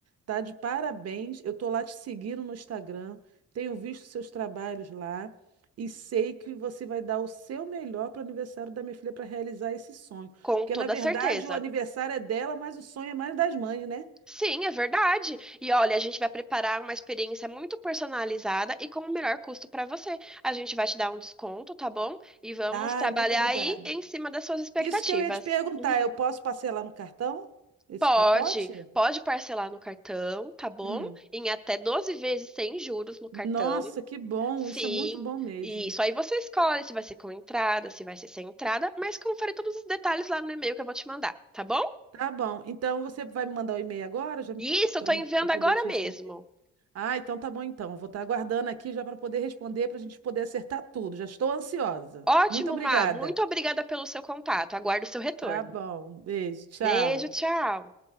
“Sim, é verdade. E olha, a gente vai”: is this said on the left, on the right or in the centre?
Centre